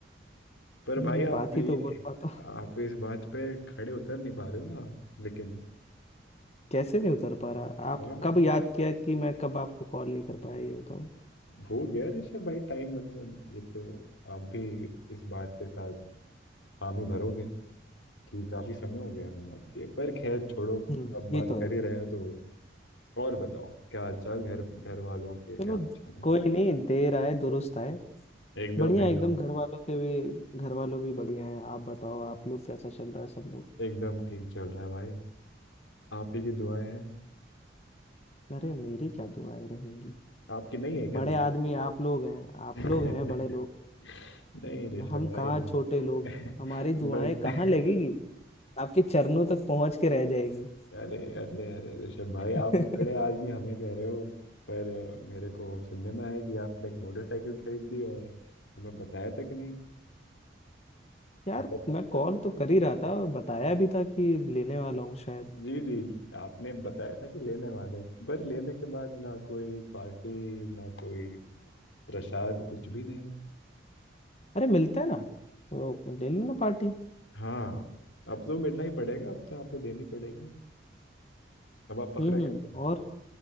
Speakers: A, on the left; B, on the left.
A: पर
B: हम्म
A: भाई
B: हम्म,
A: आप
B: बात ही तो बोल पाता हूँ
A: आप इस बात पे खड़े उतर नहीं पा रहे हो ना लेकिन
B: <laughs> कैसे नहीं उतर पा रहा आप
A: हाँ
B: कब याद किया कि मैं कब आपको कॉल नहीं कर पाया ये बताओ
A: हो गया ऋषभ भाई टाइम मतलब ये तो आप भी इस बात के साथ हामी भरोगे कि काफी समय हो गया हमें बात किए पर खैर छोड़ो
B: हम्म
A: अब बात
B: ये तो
A: कर
B: है
A: ही रहे हैं तो और बताओ क्या हाल चाल घर घर वालों के क्या
B: चलो
A: हाल चाल है
B: कोई नहीं देर आए दुरुस्त आए
A: एकदम
B: बढ़िया
A: एकदम
B: एकदम घर वालों के भी घर वालों भी बढ़िया हैं आप बताओ आप लोग कैसा चल रहा है सब लोग
A: एकदम ठीक चल रहा है भाई आप ही की दुआएं हैं
B: अरे मेरी क्या दुआएं रहेंगी
A: आपकी नहीं है क्या
B: बड़े आदमी आप लोग हैं आप
A: दुआ
B: लोग हैं बड़े लोग
A: <laughs> नहीं ऋषभ
B: हम
A: भाई
B: कहाँ छोटे लोग
A: <laughs>
B: हमारी दुआएं
A: बड़े
B: कहाँ लगेगी आपके चरणों तक पहुंच के रह जाएगी
A: अरे अरे अरे ऋषभ भाई
B: <laughs>
A: आप बड़े आदमी हमें कह रहे हो पर मेरे को सुनने में आया कि आपने एक मोटरसाइकिल खरीद ली और हमें बताया था कि नहीं
B: यार
A: बत,
B: मैं कॉल
A: बत,
B: तो कर ही रहा था और बताया भी था कि लेने वाला हूँ शायद
A: जी जी आपने बताया था कि लेने वाले पर लेने के बाद ना कोई पार्टी ना कोई प्रसाद कुछ भी नहीं
B: अरे मिलते हैं ना तो ले लेना पार्टी
A: हाँ अब तो मिलना ही पड़ेगा अब तो आपको देनी पड़ेगी अब आप पकड़े
B: हम्म हम्म
A: गए
B: और